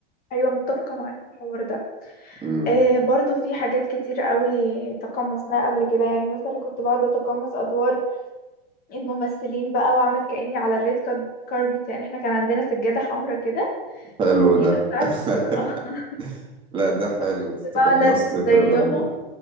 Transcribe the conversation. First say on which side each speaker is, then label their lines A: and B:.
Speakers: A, on the left; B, on the right.
A: ايوه متفقه معاك في الحوار ده
B: مم.
A: آه برضو في حاجات كتير قوي تقمصناها قبل كده يعني مثلا كنت بقعد اتقمص ادوار الممثلين بقى واعمل كاني على الريد كار- كاربت يعني احنا كان عندنا سجاده حمراء كده
B: حلو
A: طويله
B: ده
A: بتاعه
B: <laughs>
A: الطرقه <laughs>
B: لا ده حلو
A: كنت
B: تقمصت
A: بقعد البس
B: فعلا
A: زيهم